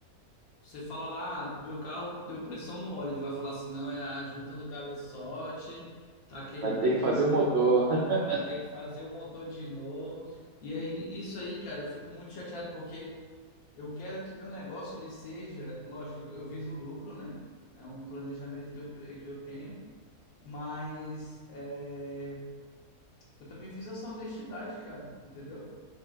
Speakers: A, on the left; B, on the right.
A: Você fala lá, "Ah, meu carro deu pressão no óleo. Ele vai falar assim: não, é a junta do cabeçote, tá queimando,
B: Vai ter que fazer o motor. <laughs>
A: vai ter que fazer o motor de novo. E aí, isso aí, cara, eu fico muito chateado porque eu quero que meu negócio ele seja, lógico, eu eu viso lucro, né? É um planejamento que eu, pre- que eu tenho, mas é, Eu também fiz essa honestidade, cara, entendeu?